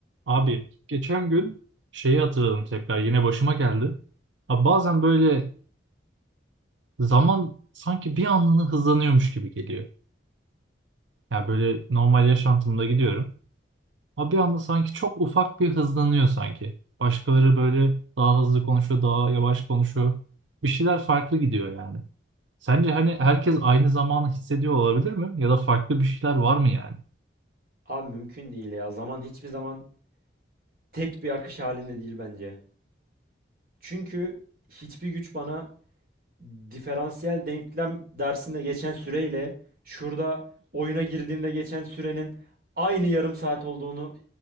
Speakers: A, on the right (about 85°); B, on the right (about 50°).
A: Abi geçen gün şeyi hatırladım tekrar yine başıma geldi. Abi bazen böyle zaman sanki bir anlığına hızlanıyormuş gibi geliyor. Yani böyle normal yaşantımda gidiyorum. Abi bir anda sanki çok ufak bir hızlanıyor sanki. Başkaları böyle daha hızlı konuşuyor, daha yavaş konuşuyor. Bir şeyler farklı gidiyor yani. Sence hani herkes aynı zamanı hissediyor olabilir mi? Ya da farklı bir şeyler var mı yani?
B: Abi mümkün değil ya. Zaman hiçbir zaman tek bir akış halinde değil bence. Çünkü hiçbir güç bana diferansiyel denklem dersinde geçen süreyle şurada oyuna girdiğimde geçen sürenin aynı yarım saat olduğunu